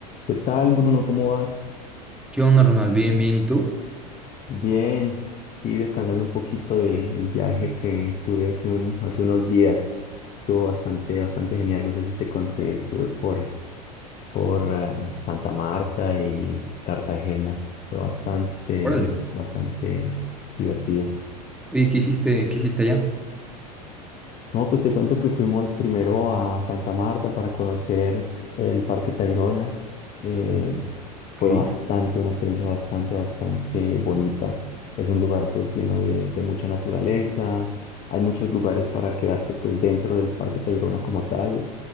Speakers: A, on the left; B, in the centre.
A: ¿Qué tal, Bruno? ¿Cómo vas?
B: ¿Qué onda, Ronald? Bien, bien. ¿Y tú?
A: Bien, aquí descansando un poquito del viaje que tuve hace, un, hace unos días. Estuvo bastante, bastante genial. No sé si te conté, estuve por, por ah, Santa Marta y Cartagena. Fue bastante,
B: Órale,
A: bastante divertido.
B: Oye, ¿qué hiciste, qué hiciste allá?
A: No, pues te cuento que fuimos primero a Santa Marta para conocer el Parque Tayrona. Eh, fue
B: ok.
A: bastante, una experiencia bastante, bastante bonita. Es un lugar pues lleno de, de mucha naturaleza. Hay muchos lugares para quedarse pues dentro del Parque Tayrona como tal.